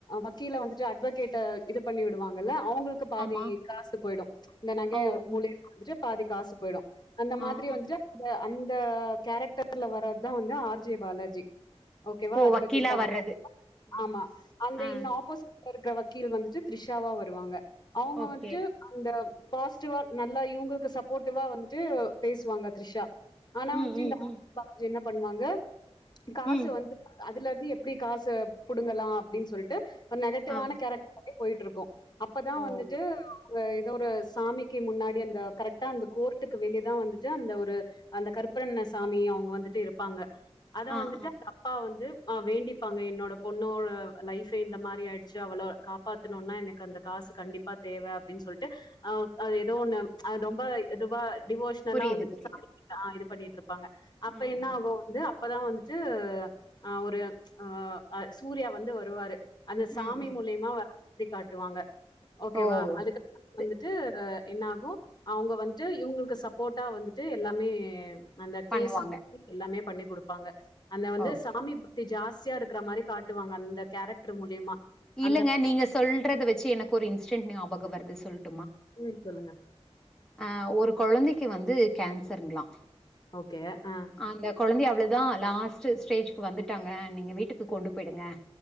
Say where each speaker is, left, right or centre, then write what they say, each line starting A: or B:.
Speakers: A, on the left; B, in the centre.
A: வக்கீல வந்துட்டு அட்வகேட்ட இது பண்ணி விடுவாங்கல அவங்ளுக்கு பாதி
B: ஆமா
A: காசு போயிடு இந்த நகை
B: ஓ
A: மூலிய வந்துட்டு பாதி காசு போயிடு அந்த
B: ஆ
A: மாதிரி
B: ஆ
A: வந்துட்டு அ அந்த இந்த கேரக்டர்ல வர்றதுதான் வந்து ஆர்ஜே பாலாஜி ஓகேவா
B: ஓ
A: அட்வகேட்
B: வக்கீலா
A: ஆ
B: வர்றது
A: வர <unintelligible>
B: ம்
A: ஆமா
B: ஆ
A: இன்ன ஆப்போ இருக்கிற வக்கீல் வந்துட்டு த்ரிஷாவா வருவாங்க அவங்க
B: ஓகே
A: வந்துட்டு அந்த பாசிட்டிவா நல்லா இவங்களுக்கு சப்போர்ட்டிவா வந்துட்டு பேசுவாங்க த்ரிஷா ஆனா
B: ம்
A: வந்துட்டு
B: ம்
A: ஆர்
B: ம்
A: ஜெ பாலாஜி என்ன பண்ணுவாங்க காச
B: ம்
A: வந்து அதுல இருந்து எப்படி காச புடுங்கலாம் அப்படின்னு சொல்லிட்டு டு ஒரு நெகட்டிவான
B: ஆ
A: கேரக்டர் போயிட்டு இருக்கோம் அப்பதான்
B: ஓ
A: வந்துட்டு அவங்க ஏதோ ஒரு சாமிக்கு முன்னாடி அந்த கரெக்டா அந்த கோர்ட்டுக்கு வெளியேதான் வந்துட்டு அந்த ஒரு அந்த கருப்பரன்ன சாமிிய அவங்க வந்துட்டு இருப்பாங்க அத
B: ஆ
A: வந்துட்டு
B: ஆ
A: அந்த அப்பா வந்து ஆ் வேண்டிப்பாங்க என்னோட பொண்ணோட லைஃப் இந்த மாரி ஆயிடுச்சு அவள காப்பாத்தனும்னா எனக்கு அந்த காசு கண்டிப்பா தேவை அப்படின்னு சொல்ட்டு ஆ அது ஏதோ ஒண்ணு ஆ ரொம்ப இதுவா டிவோஷனலா
B: புரியுது
A: வந்துட்டு
B: புரியுது
A: <unintelligible> பண்ணிட் இருப் ப்பாங்க அப்ப
B: ம்
A: என்ன
B: ம்
A: ஆகும் வந்து அப் அப்பதான் வந்துட்டு ஆ ஒரு ஆ சூர்யா வந்து வருவாரு அந்த சாமி
B: ம் ம்
A: மூலியமா வ எப்படி காட்டுவாங்க ஓகேவா
B: ஓ
A: அதுக்கப்புறம்
B: து
A: வந்துட்டு என்ன ஆகும் அவங்க வந்துட்டு இவங்களுக்கு சப் போட்டா வந்துட்டு எல்லாமே அந்த
B: பண்ணுவாங்க
A: கேசு எல்லாமே பண்ணி கொடுப்பாங்க அந்த வந்து
B: ஓகே
A: சாமி பக்தி ஜாஸ் தியா இருக்கர மாரி காட்டுவாங்க அந்த கேரக்டர் மூலியமா
B: இல்லங்க
A: அந்த
B: நீங்க சொல்றது வச்சு எனக்கு ஒரு இன்ஸ்டென்ட் ஞாபகம் வருது சொல்ட்டு
A: ம் சொல்லுங்க
B: அஹ் ஒரு கொழந்தைக்கு வந்து கேன்சருங்களா
A: ஓகே ஆஹ்
B: அந்த கொழந்தைய அவ்வளதான் லாஸ்ட் ஸ்டேஜ்க்கு வந்துட்டாங்க நீங்க வீட்டுக்கு கொண்டு போயிடுங்க